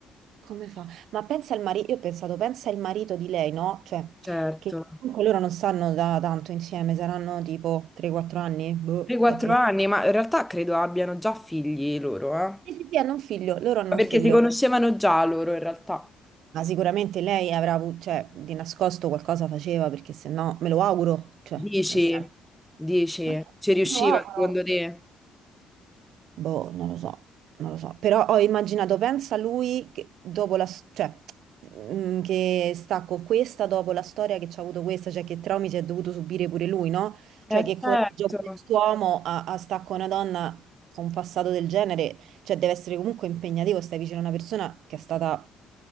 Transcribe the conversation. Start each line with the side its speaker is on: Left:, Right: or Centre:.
Right: come fa? Ma pensa al marito, io ho pensato, pensa il marito di lei, no? Cioè,
Centre: Certo.
Right: che comunque loro non stanno da tanto insieme, saranno tipo 3-4 anni, boh,
Centre: 3-4
Right: 4... Sì,
Centre: anni, ma in realtà credo abbiano già figli loro, eh? Ma
Right: sì, sì, hanno un figlio, loro hanno
Centre: perché
Right: un figlio,
Centre: si conoscevano già loro, in realtà.
Right: ma sicuramente lei avrà avuto, cioè, di nascosto qualcosa faceva, perché se no, me lo auguro, cioè,
Centre: Dici,
Right: nel senso,
Centre: dici,
Right: ma che-
Centre: ci riusciva
Right: me lo auguro.
Centre: secondo te?
Right: Boh, non lo so, non lo so. Però ho immaginato, pensa lui che dopo la... s- cioè, mm, che sta con questa dopo la storia che c'ha avuto questa, cioè che traumi si è dovuto subire pure lui, no? Cioè
Centre: Eh
Right: che coraggio
Centre: certo.
Right: quest'uomo a, a sta con una donna con un passato del genere cioè, deve essere comunque impegnativo, stai vicino a una persona che è stata